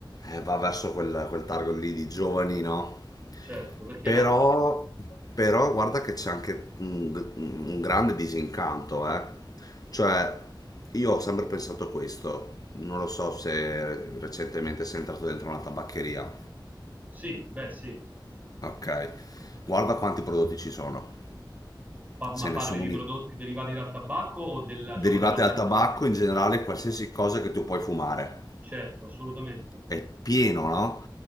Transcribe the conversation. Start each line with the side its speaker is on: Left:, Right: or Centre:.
Left: eh, va verso quel, quel target lì di giovani, no?
Right: certo, perché
Left: Però,
Right: la...
Left: però guarda che c'è anche un, un grande disincanto, eh. Cioè, io ho sempre pensato questo, non lo so se recentemente sei entrato dentro una tabaccheria.
Right: Sì, beh, sì.
Left: Ok, guarda quanti prodotti ci sono,
Right: Pa- ma
Left: ce ne
Right: parli
Left: sono
Right: di
Left: un-
Right: prodotti derivati dal tabacco o della, diciamo,
Left: derivati
Right: dell'alternativa?
Left: dal tabacco in generale, qualsiasi cosa che tu puoi fumare.
Right: Certo, assolutamente.
Left: è pieno, no?